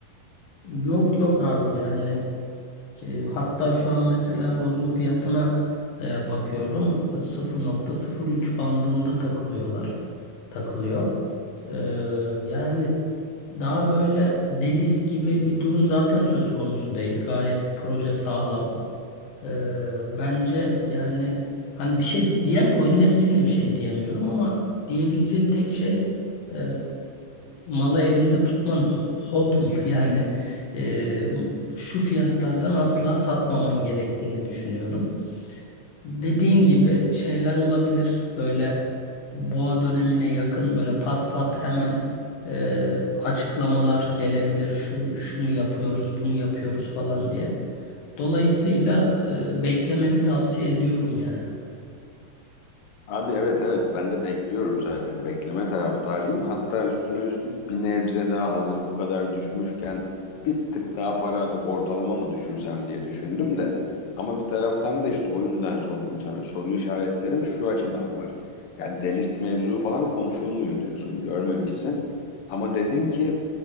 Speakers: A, on the left; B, on the left.
A: Yok yok abi yani Ki hatta şu an mesela rozun fiyatına e, bakıyorum. E, 0.03 bandında takılıyorlar. Takılıyor. E, yani daha böyle delist gibi bir durum zaten söz konusu değil. Gayet proje sağlam. Ee, bence yani hani bir şey diğer coinler için de bir şey diyemiyorum ama diyebileceğim tek şey e, malı elinde tutman ho- hodl <laughs> yani e, şu fiyatlardan asla satmaman gerektiğini düşünüyorum. Dediğin gibi şeyler olabilir böyle boğa dönemine yakın böyle pat pat hemen e, açıklamalar gelebilir şu şunu yapıyoruz bunu yapıyoruz falan diye. Dolayısıyla e, beklemeni tavsiye ediyorum yani.
B: Abi evet evet ben de bekliyorum zaten. Bekleme taraftarıyım. Hatta üstüne üstlük bir nebze daha hazır bu kadar düşmüşken bir tık daha para atıp ortalama mı düşürsem diye düşündüm de. Ama bir taraftan da işte o yüzden sordum sana. Soru işaretlerim şu açıdan var. Ya delist mevzu falan konuşulmuyor diyorsun. Görmemişsin. Ama dedim ki